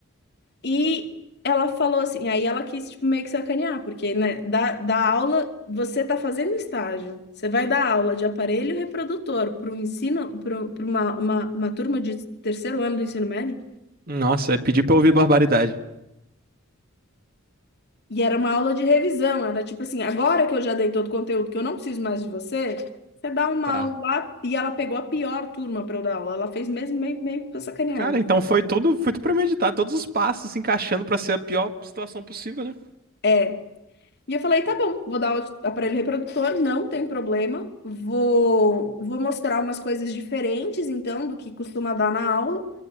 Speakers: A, on the left (about 50°); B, on the right (about 45°).
A: E ela falou assim, aí ela quis tipo, meio que sacanear, porque né, da, da aula você tá fazendo estágio. Você vai dar aula de aparelho reprodutor para ensino, para uma, uma, uma turma de terceiro ano do ensino médio.
B: Nossa, é pedir pra eu ouvir barbaridade.
A: E era uma aula de revisão, era tipo assim, agora que eu já dei todo o conteúdo, que eu não preciso mais de você, você dá uma
B: Tá.
A: aula lá, e ela pegou a pior turma para eu dar aula. Ela fez mesmo meio, meio pra sacanear,
B: Cara,
A: né?
B: então foi tudo, foi tudo premeditado, todos os passos se encaixando pra ser a pior situação possível, né?
A: É, E eu falei, tá bom, vou dar o aparelho reprodutor, não tem problema. Vou, vou mostrar umas coisas diferentes, então, do que costuma dar na aula.